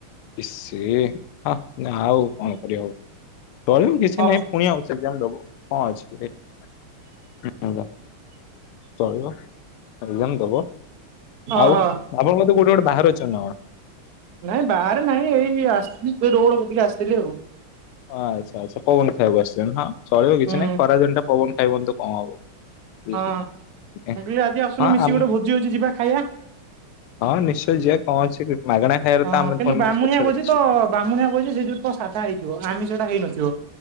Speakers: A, on the left; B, on the right.
A: ଇସ୍ ଏ ହା ନା ଆଉ କଣ କରିବା ଆଉ ତଳିବ କିଛି
B: ହଁ
A: ନାଇ ପୁଣି ହଉସ ସେକ୍ଜାମ ଦେବ ଅଛି ଏ <unintelligible> ଚଳିବ <unintelligible> ଦବ
B: ଓହୋ
A: ଆଉ ଆପଣ କଉତି କଉଠି ଗୋଟେ ବାହାରୁ ଅଛନ୍ତି ନା କଣ।
B: ନାଇଁ ବାହାରେ ନାଇଁ ଏଇ ଆସିଥିଲି ତେ ରୋଡ଼କତିକି ଆସିଥିଲି ଆଉ।
A: ଓ ଆଚ୍ଛା ଆଚ୍ଛା ପବନ ଖାଇଆକୁ ଆସ୍ ହଁ ଚଳିବ କିଛି
B: ହୁଁ
A: ନାଇଁ ଖରାଦିନ ଟା ପବନ ଖାଇଅନି ତ କଣ ହବ। ବୁଝିଲି,
B: ହଁ ମୁଁ
A: ଟିକେ।
B: କହିଲି ଆଜି ଆସୁନ
A: ହଁ
B: ମିଶି
A: ଆମେ
B: ଗୋଟେ ଭୋଜି ଅଛି ଯିବା ଖାଇବା।
A: ହଁ ନିଶ୍ଚୟ ଯିିବା କଣ ଅଛି ମାଗଣା ଖାଇବାର
B: ହଁ
A: ତ ଆମେ
B: କିନ୍ତୁ
A: ପୁଣି
B: ବାମୁଣିଆ
A: ପଛରେ
B: ଭୋଜି
A: ଥାଉ।
B: ତ ବାମୁଣଆ ଭୋଜି ସେଇ ଯ ତ ସାଧା ହେଇଥିବ ଆମେ ସେଇଟା ହେଇନଥିବ‌।